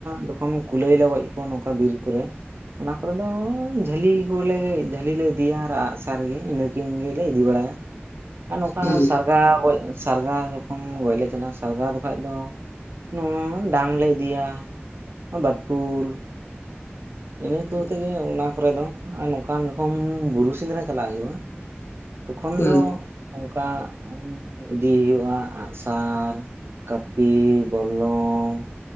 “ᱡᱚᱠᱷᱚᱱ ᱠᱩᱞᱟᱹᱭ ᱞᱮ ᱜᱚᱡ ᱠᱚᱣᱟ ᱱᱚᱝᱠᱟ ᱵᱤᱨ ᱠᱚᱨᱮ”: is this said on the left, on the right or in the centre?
Right